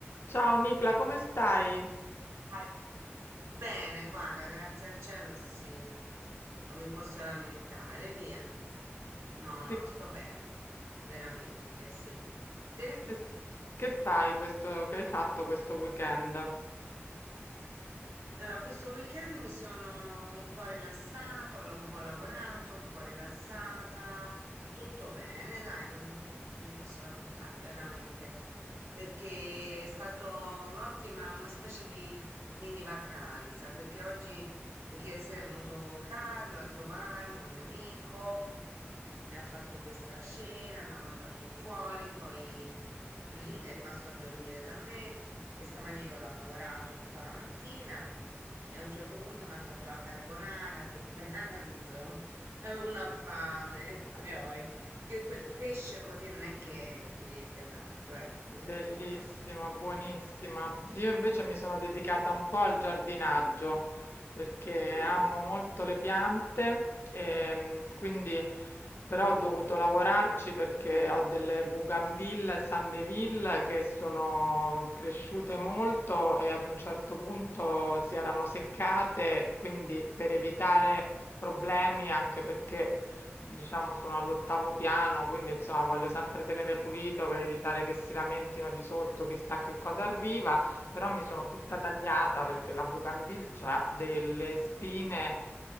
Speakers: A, on the left (about 60°); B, on the right (about 80°).
A: Ciao Nicla, come stai?
B: Dai. Bene, guarda, grazie al cielo, sì, non mi posso lamentare, via. No,
A: Che,
B: no, sto bene, veramente, sì. Te?
A: che- che fai questo, che hai fatto questo weekend?
B: Allora, questo weekend mi sono un po' rilassata, ho la- un po' lavorato, un po' rilassata, tutto bene, dai, non, non mi posso lamentare, veramente, perché è stato un'ottima, una specie di mini vacanza, perché oggi, perché ieri sera è venuto Carlo a trovarmi, un mio amico, mi ha fatto questa cena, abbiamo mangiato fuori, poi <clears throat> è rimasto a dormire da me. E stamani io ho lavorato tutta la mattina e a un certo punto mi hanno fatto la carbonara per pranzo. <laughs> Avevo una fame, <laughs> oi, oi, perché quel pesce così non è che ti riempia tanto, eh,
A: Bellissima,
B: devo dire la verità.
A: buonissima. Io invece mi sono dedicata un po' al giardinaggio perché
B: Mm,
A: amo molto le piante e mm, quindi però ho dovuto lavorarci perché ho delle bougainville e sandeville che sono cresciute molto e ad un certo punto si erano seccate, quindi per evitare problemi anche perché Diciamo sono all'8° piano, quindi insomma voglio sempre tenere pulito per evitare che si lamentino di sotto chissà che cosa arriva, però mi sono tutta tagliata perché la Bougainville ha delle spine